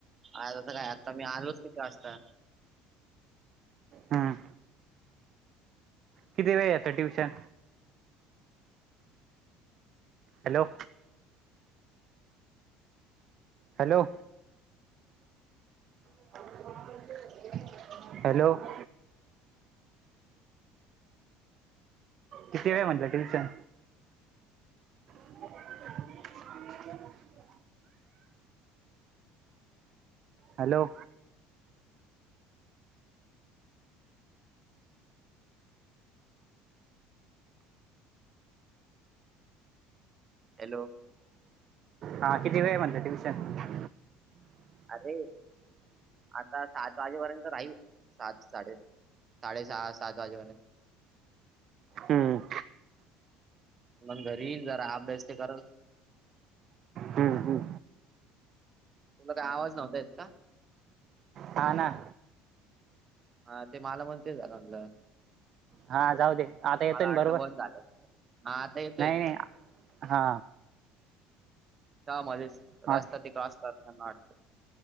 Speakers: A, on the right (about 25°); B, on the right (about 45°).
A: आज आता काय? आता मी आलोच किती वाजता,
B: हां, किती वेळ याचं ट्युशन? हॅलो, हॅलो, <inaudible> हॅलो, <inaudible> किती वेळ म्हटलं ट्युशन? <inaudible> हॅलो,
A: हॅलो,
B: हा किती वेळ म्हणलं ट्युशन?
A: आरे, आता सात वाजेपर्यंत राहील. सात साडे साडे सहा सात वाजेपर्यंत.
B: हं.
A: मग घरी येईल. जरा अभ्यास ते करल.
B: हं हं.
A: तुम्हाला आवाज नव्हता येत का?
B: हा ना.
A: हा ते मला म्हणते झालं म्हणलं.
B: हा जाऊ दे. आता येतोय
A: मला
B: न
A: वाटलं
B: बरोबर?
A: बंद झालं हा आता येत
B: नाही नाही. हा.
A: त्या मधेच
B: हा
A: रस्ता ते क्रॉस करताना वाटत.